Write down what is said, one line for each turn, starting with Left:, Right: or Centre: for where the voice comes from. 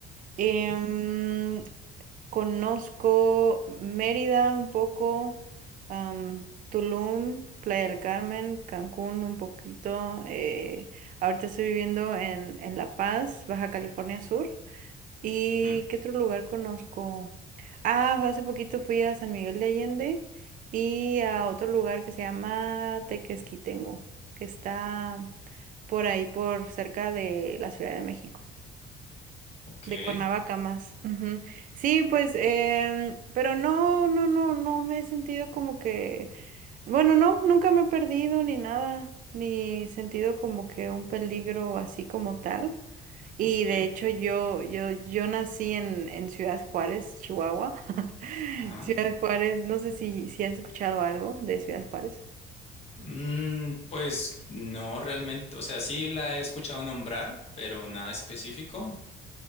Left: Sí.
Right: Em, conozco Mérida un poco, am, Tulum, Playa del Carmen, Cancún un poquito. eh, ahorita estoy viviendo en, en La Paz, Baja California Sur. ¿Y
Left: Ujú.
Right: qué otro lugar conozco? Ah, hace poquito fui a San Miguel de Allende y a otro lugar que se llama Tequesquitengo, que está por ahí, por cerca de la Ciudad de México.
Left: Ok,
Right: De Cuernavaca más. ujú. Sí, pues, em, pero no, no, no, no me he sentido como que, bueno, no, nunca me he perdido ni nada, ni sentido como que un peligro así como tal. Y
Left: ok.
Right: de hecho yo, yo, yo nací en, en Ciudad Juárez, Chihuahua. <laughs>
Left: Ajá.
Right: Ciudad Juárez, no sé si, si has escuchado algo de Ciudad Juárez.
Left: Mm, pues no realmente, o sea, sí la he escuchado nombrar, pero nada específico,